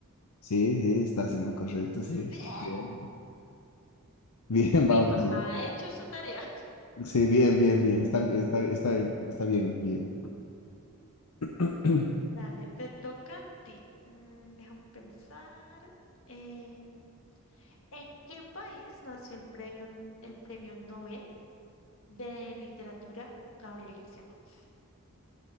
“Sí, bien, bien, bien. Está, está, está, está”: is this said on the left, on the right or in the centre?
Left